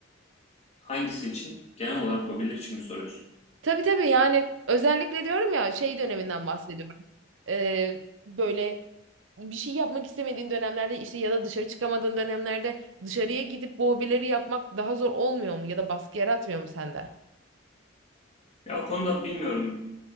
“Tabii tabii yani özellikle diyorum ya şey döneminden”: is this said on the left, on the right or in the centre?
Right